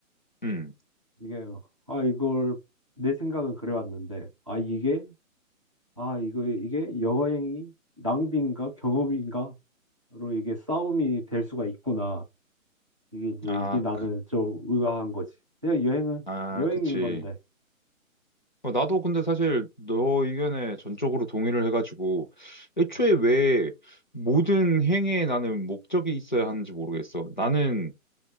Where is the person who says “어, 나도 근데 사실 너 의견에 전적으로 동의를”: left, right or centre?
Left